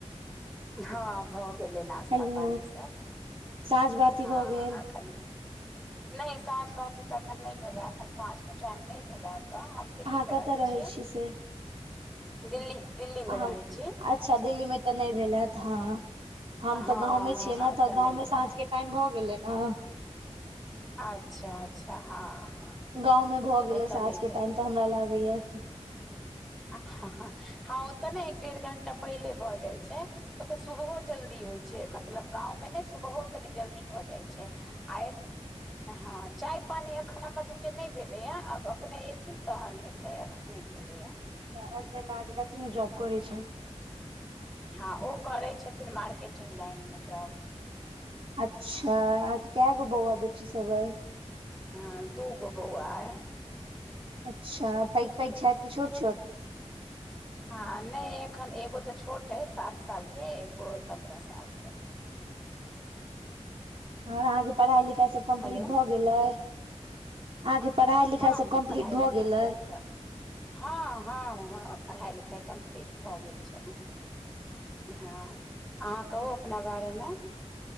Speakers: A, in the centre; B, on the right.
A: हँ भऽ गेलै नश्ता
B: हेलो
A: पानिसभ
B: साँझ बाती
A: हँ
B: भऽ गेल
A: अखन। नहि साँझ बाती तऽ अखन नहि भेलै अखन साँझके टाइम नहि भेलै एतऽ दिल्ली
B: अहाँ
A: मे
B: कतऽ
A: रहै छी
B: से
A: दिल्ली -दिल्ली मे
B: अहाँ
A: रहै छी।
B: अच्छा दिल्ली में तऽ नहि भेल हैत हँ हम
A: हँ
B: तऽ गाँंव में
A: हँ
B: छियै ने
A: एतय
B: तऽ गाँंव
A: नहि
B: में
A: भेल
B: साँझ के टाइम भऽ गेलै ने।
A: अच्छा अच्छा हँ।
B: गाँंव में भऽ गेलै
A: एतय
B: साँझ
A: नहि
B: के
A: भेलैए
B: टाइम तऽ हमरा लागैया।
A: हँ ओतऽ ने एक डेढ़ घंटा पहिले भऽ जाइ छै। ओतऽ सुबहो जल्दी होइ छै मतलब गाँवमे नहि सुबहो कनि जल्दी भऽ जाइ छै। आ। <unintelligible> हँ चाय पानि एखन हमर सभके नहि भेलैए आब अपने एथिन तहन हेतै एखन। नहि भेलैए।
B: हसबैंड अहांके कथिमे जॉब करै छैथ।
A: हँ ओ करै छथिन मार्केटिंग लाइनमे जॉब।
B: अच्छा, अहांके कय गो बौआ बुच्ची सब अछि।
A: आ दूगो बौआ अइ
B: अच्छा पैघ पैघ छथि कि छोट छोट
A: हँ नहि एखन एगो तऽ छोट अछि सात साल के एगो अछि पन्द्रह साल के।
B: और अहाँके पढ़ाई लिखाई सब कम्प्लीट
A: हेलो
B: भऽ गेल अछि, अहाँके पढ़ाइ लिखाई
A: हँ हँ
B: सब कम्प्लीट
A: पढ़ाइ लिखाइ
B: भऽ गेल
A: सब
B: अछि।
A: तऽ हँ हँ हँ पढ़ाई लिखाई कम्प्लीट भऽ गेल छै। हँ अहाँ
B: अच्छा
A: कहू अपना बारेमे।